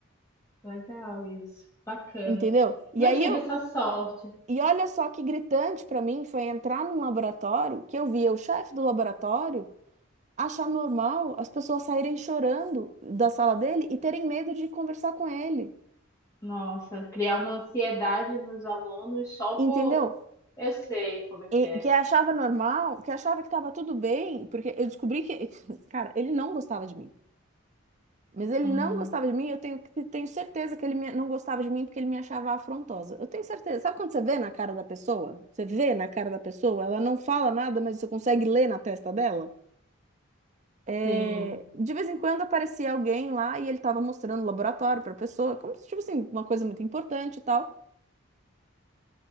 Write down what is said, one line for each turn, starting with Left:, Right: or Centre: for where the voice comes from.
Left: legal isso, bacana.
Right: Entendeu? E
Left: Não
Right: aí
Left: tive
Right: eu.
Left: essa sorte.
Right: E olha só que gritante para mim foi entrar num laboratório que eu via o chefe do laboratório achar normal as pessoas saírem chorando da sala dele e terem medo de conversar com ele,
Left: Nossa, criar uma ansiedade nos alunos só por.
Right: entendeu?
Left: Eu sei como é que
Right: E
Left: é.
Right: que achava normal, que achava que estava tudo bem, porque eu descobri que, <laughs> cara, ele não gostava de mim. Mas ele
Left: Hum,
Right: não gostava de mim, eu tenho, tenho certeza que ele me- não gostava de mim porque ele me achava afrontosa. Eu tenho certeza. Sabe quando você vê na cara da pessoa? Você vê na cara da pessoa, ela não fala nada, mas você consegue ler na testa dela? É,
Left: sim.
Right: de vez em quando aparecia alguém lá e ele estava mostrando o laboratório para a pessoa, como se, tipo assim, uma coisa muito importante e tal.